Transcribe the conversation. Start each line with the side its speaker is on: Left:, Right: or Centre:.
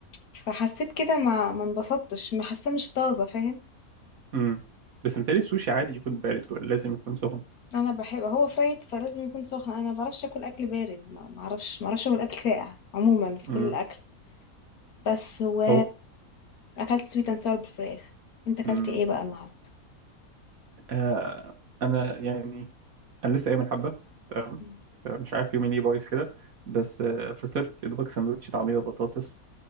Left: فحسيت كده ما ما انبسطتش ما حاسه مش طازه فاهم
Right: امم بس متهيألي السوشي عادي يكون بارد ولا لازم يكون سخن
Left: انا بحب هو فرايد فلازم يكون سخن انا ما بعرفش اكل اكل بارد ما ما اعرفش ما اعرفش اكل اكل ساقع عموما في
Right: امم
Left: كل الاكل بس هو
Right: هو
Left: اكلت سويت اند ساور بالفراخ انت اكلت
Right: امم
Left: ايه بقى النهارده
Right: آه انا يعني انا لسه قايم من حبة تمام
Left: مم.
Right: مش عارف يومي ليه بايظ كده بس آه، فطرت يا دوبك سندوتش طعمية وبطاطس